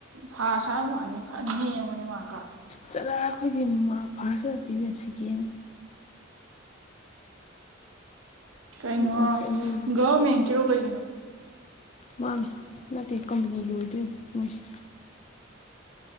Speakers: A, on the right; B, on the left.
A: ꯐꯥꯁ ꯍꯥꯏꯕ ꯋꯥꯅꯤ ꯈꯔ ꯅꯦꯝꯕꯅꯦ ꯃꯥꯛꯀꯗꯣ
B: ꯆꯠꯂꯍꯦ ꯑꯩꯈꯣꯏꯗꯤ ꯃꯥꯔ꯭ꯛ ꯐꯥꯔꯁꯀ ꯅꯠꯇꯦ ꯏꯕꯦꯝ ꯁꯦꯀꯦꯟ
A: ꯀꯩꯅꯣ
B: ꯃꯥꯔꯛꯁꯦ ꯑꯔꯣꯏꯕ
A: ꯒꯣꯔꯃꯦꯟꯀꯤꯔꯣ ꯀꯩꯒꯤꯅꯣ
B: ꯃꯥꯅꯤ ꯅꯠꯇꯦ ꯀꯝꯄꯅꯤꯒꯤ ꯑꯣꯏꯗꯣꯏꯅꯤ ꯃꯣꯏꯁꯦ